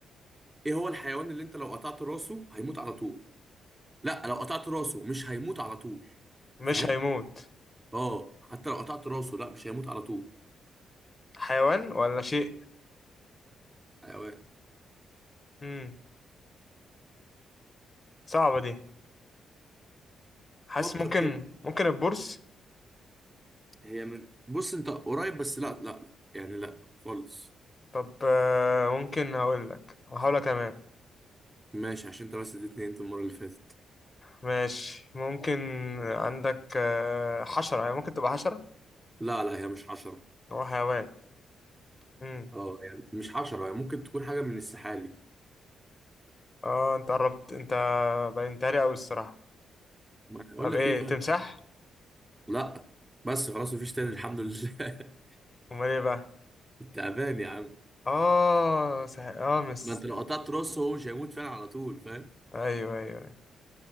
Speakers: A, on the right; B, on the left.
A: ايه هو الحيوان اللي انت لو قطعت راسه هيموت على طول لا لو قطعت راسه مش هيموت على طول
B: مش
A: فاهم
B: هيموت
A: اه حتى لو قطعت راسه لا مش هيموت على طول
B: حيوان ولا شيء
A: حيوان
B: امم صعبة دي حاسس
A: فكر
B: ممكن
A: كده
B: ممكن البورس
A: هي من بص انت قريب بس لا لا لا يعني لا خالص
B: طب آه، ممكن هقول لك هقول لك كمان
A: ماشي عشان انت بس اديتني انت المرة اللي فاتت
B: ماشي ممكن عندك آه، حشرة يعني ممكن تبقى حشرة
A: لا لا هي مش حشرة
B: هو حيوان امم
A: اه يعني مش حشرة يعني ممكن تكون حاجة من السحالي
B: اه انت قربت انت بينتهي قوي الصراحة
A: ما اقول
B: طب
A: لك
B: ايه
A: ايه طيب
B: تمساح
A: لا بس خلاص مفيش تاني الحمد لله
B: امال ايه بقى
A: <laughs> انت امان يا عم
B: اه صحيح اه مس
A: ما انت لو قطعت راسه هو مش هيموت فعلا على طول فاهم
B: ايوه ايوه أيوة.